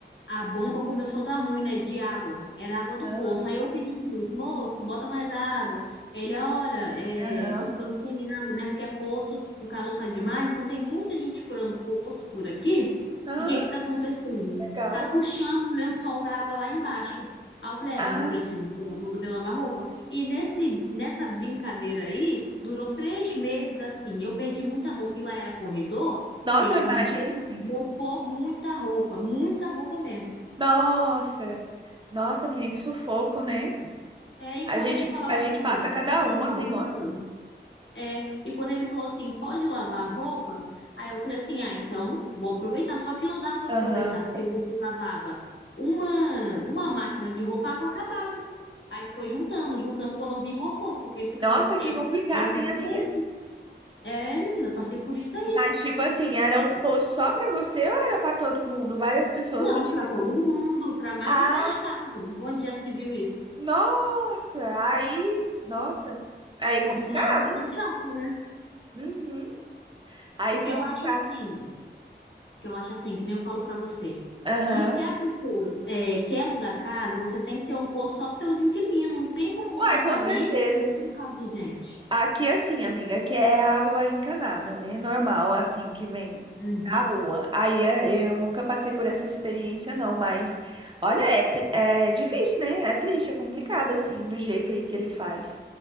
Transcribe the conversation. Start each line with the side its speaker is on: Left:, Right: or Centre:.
Left: a bomba começou a dar ruim, né, de água. Era água do
Right: Aham.
Left: poço. Aí eu pedi pro moço, moço, bota mais água. Aí Ele, olha, é,
Right: aham.
Left: tô ficando sem água, mesmo que é poço, o calor tá demais, então tem muita gente furando poço por aqui.
Right: Ah,
Left: E o que é que tá acontecendo?
Right: legal.
Left: Tá puxando o lençol da água lá embaixo. Aí eu falei, é,
Right: Ah,
Left: mas eu preciso de água pra poder lavar roupa. E nesse, nessa brincadeira aí, durou três meses assim. Eu perdi muita roupa e lá era corredor. O
Right: nossa,
Left: que que aconteceu?
Right: eu imagino, amiga.
Left: Mofou muita roupa, muita roupa mesmo.
Right: Nossa, nossa, menina, que sufoco, né?
Left: É, e
Right: A
Left: quando
Right: gente,
Left: ele falava
Right: a
Left: assim,
Right: gente passa
Left: ó,
Right: cada
Left: pode
Right: uma,
Left: lavar
Right: tem
Left: roupa?
Right: hora.
Left: É, e quando ele falou assim, pode lavar a roupa? Aí eu falei assim, ah, então vou aproveitar. Só que não dava pra aproveitar,
Right: Aham.
Left: porque você lavava uma, uma máquina de roupa, a água acabava. Aí foi juntando, juntando quando eu vi mofou, porque fica
Right: Nossa,
Left: muito tempo
Right: que complicado,
Left: dentro
Right: hein,
Left: de
Right: amiga?
Left: sede. É, menina, passei por isso aí.
Right: Mas, tipo assim, era um posto só pra você ou era pra todo mundo? Várias pessoas
Left: Não,
Right: utilizavam.
Left: pra todo mundo, pra mais
Right: Ah,
Left: de 10 casas. Onde já se viu isso?
Right: nossa, aí, nossa, aí é complicado.
Left: Fica uma situação chata, né?
Right: Uhum, aí
Left: Porque
Right: é complicado.
Left: eu acho assim. Porque eu acho assim, que nem eu falo pra você,
Right: Aham.
Left: que se a pessoa é, quer alugar casa, você tem que ter um posto só para teus inquilinos. Não tem como botar
Right: Uai, com
Left: família
Right: certeza.
Left: no caso de gente.
Right: Aqui é assim, amiga, aqui é água encanada, né? Normal, assim, que vem
Left: Uhum.
Right: da rua. Aí é, eu nunca passei por essa experiência, não, mas olha, é, tri- é difícil, né? É triste, é complicado, assim, do jeito aí que ele faz.